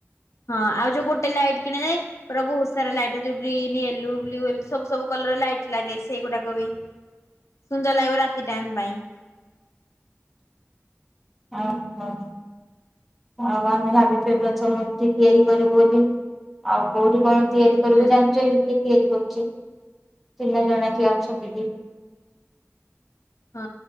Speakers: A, on the left; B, in the centre.
A: ହଁ ଆଉ ଯୋଉ ଗୋଟେ ଲାଇଟ୍ କିଣା ଯାଏ ପୁରାକୁ ଓସାର ଲାଇଟ୍ ଯୋଉ ଗ୍ରୀନ୍ ୟେଲୋ ବ୍ଲୁ ଏ ସବୁ ସବୁ କଲର ଲାଇଟ ଲାଗେ ସେଇଗୁଡାକ ବି ସୁନ୍ଦର ଲାଗିବ ରାତି ଟାଇମ ପାଇଁ।
B: ଓହୋ ଆଉ ଆମେ ଭାବିଚୁ ଏ ବଛ ମୂର୍ତ୍ତି ତିଆରି କରିବୁ ବୋଲି। ଆଉ କୋଉଠି କଣ ତିଆରି? ଉପରକୁ
A: ହୁଁ
B: ଯଣିଚକି କିଏ ତିଆରି କରୁଛି ଚିହନା ଜଣା କିଏ ଅଛନ୍ତି କି।
A: ହଁ